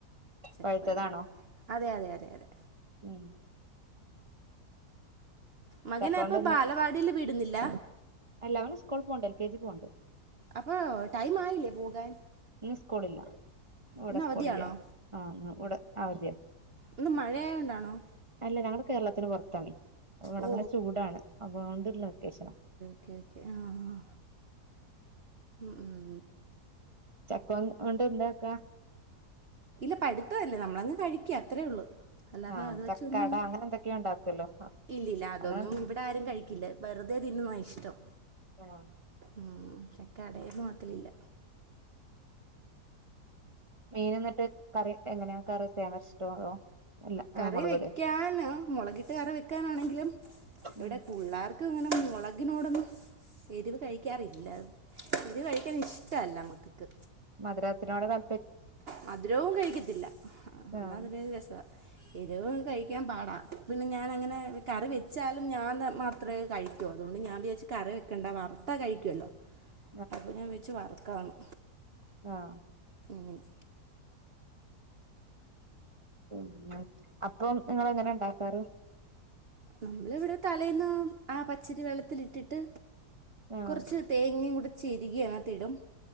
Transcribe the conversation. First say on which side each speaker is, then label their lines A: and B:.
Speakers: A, on the right; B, on the right.
A: ചക്കപ്പഴവാ
B: പഴുത്തതാണോ
A: അതെ അതെ അതെ അതെ.
B: ഉം.
A: മകനേപ്പൊ
B: ചക്ക കൊണ്ട്
A: ബാലവാടില് വിടുന്നില്ല?
B: എല്ലാ അവന്സ്കൂൾ പോണ്ട് എൽ കെ ജീ പോണ്ട്.
A: അപ്പൊ ടൈമായിലേ പോകാൻ?
B: ഇന്ന് സ്കൂളില്ല അവധിയാ
A: ഇന്ന്
B: സ്കൂളില്ല
A: അവധിയാണോ
B: ആഹ് അവധിയാ അവധ്യാ.
A: ഇന്ന് മഴയയായോണ്ടാണോ?
B: അല്ല ഞങ്ങള് കേരളത്തിന് പൊറത്താണേ ഇവടങ്ങനെ
A: ഓ
B: ചൂടാണ് അതൊണ്ട്ള്ള വെക്കേഷനാ.
A: ഓക്കേ ഓക്കെ ആഹ്. ഉം ഉം.
B: ചക്കോം ഓണ്ട് എന്താക്കാ?
A: ഇല്ല പഴുത്തതല്ലേ നമ്മളങ്ങ് കഴിക്ക്യ അത്രേയ്ള്ളൂ. അല്ലാതെ
B: ആഹ്
A: അത് വെച്ചൊന്നുന്ന്,
B: ചക്കട അങ്ങനെ എന്തൊക്കെയോ ഉണ്ടാക്കുവല്ലോ
A: ഇല്ലില്ല അതൊന്നും
B: അങ്ങനെ
A: ഇവ് ടാരും കഴിക്കില്ല വെറുതെ തിന്നുവാ ഇഷ്ടം.
B: ആഹ്.
A: ഉം ചക്ക കടേന്ന് മാക്കലില്ല.
B: മീന് ന്ന്ട്ട് കറി എങ്ങനേ കറി തേങ്ങര്ച്ചിട്ടോ അതോ അല്ല
A: കറി
B: മുളകിടേ
A: വെക്കാനും മൊളകിട്ട് കറി വെക്കാനാണെങ്കിലും ഇവിടെ
B: ഉം
A: പുള്ളാർ ക്ക്ങ്ങനെ മൊളകിനോടൊന്നും എരിവ് കഴിക്കാറില്ല എരിവ് കഴിക്കാൻ ഇഷ് ട്ടല്ല മ്മക്ക് ക്ക്
B: മത് രത്തിനോട് <inaudible>
A: മധുരവും കഴിക്കത്തില്ല ആ
B: ആഹ്
A: എന്നാ അതിനൊരു രസാ എരിവ് കഴിക്കാൻ പാടാ പിന്നെ ഞാനങ്ങനെ കറി വെച്ചാലും ഞാന് മാത്രേ കഴി <inaudible> അതുകൊണ്ട് ഞാ വിചാരിച്ചു കറി വെക്കണ്ട വറുത്താ കഴിക്കുവല്ലോ
B: <inaudible>
A: അപ്പൊ ഞാ വെച്ച് വർക്കാന്ന്
B: ആഹ്
A: അങ്ങനെ
B: ഉം അപ്പം ഇങ്ങള് എങ്ങനെ ഇണ്ടാക്കാറ്.
A: നമ്മള് വിടെ തലേന്ന് ആഹ് പച്ചരി വെള്ളത്തിലിട്ടിട്ട്
B: ആഹ്
A: കൊർച്ച് തേങ്ങികൂടെ ചെരികി അതിനാത്ത് ഇടും